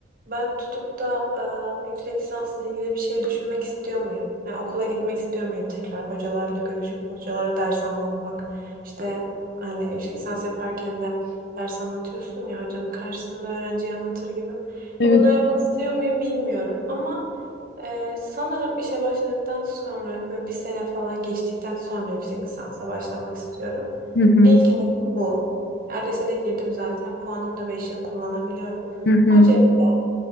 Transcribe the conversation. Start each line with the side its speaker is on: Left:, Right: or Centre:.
Right: ben tutup da e, yüksek lisansla ilgili bir şey düşünmek istiyor muyum? Yani okula gitmek istiyor muyum tekrar hocalarla görüşüp hocalara ders anlatmak? İşte hani yüksek lisans yaparken de ders anlatıyorsun ya hocanın karşısında öğrenciye anlatır gibi. Ya
Left: evet
Right: Bunları yapmak istiyor muyum bilmiyorum ama e, sanırım işe başladıktan sonra böyle bir sene falan geçtikten sonra yüksek lisansa başlamak istiyorum.
Left: hı. Hı hı.
Right: E, İlk hedefim bu. ALES'e de girdim zaten. Puanımı da 5 yıl kullanabiliyorum.
Left: Hı hı.
Right: O cepte.